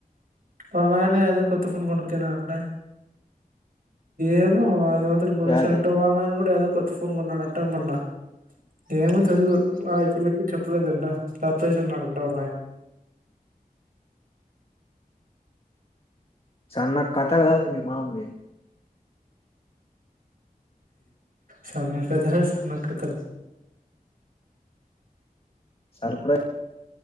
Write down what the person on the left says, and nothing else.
యాది
సన్న కథలు కాదు మీ మామవి
సాల్కుడ